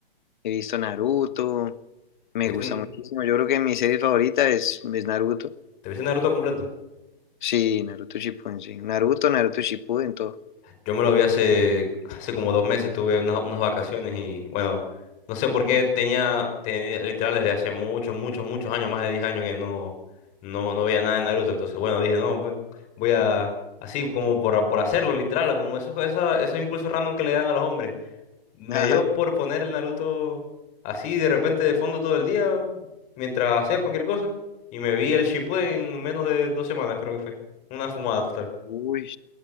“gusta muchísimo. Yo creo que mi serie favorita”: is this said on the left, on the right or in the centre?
Left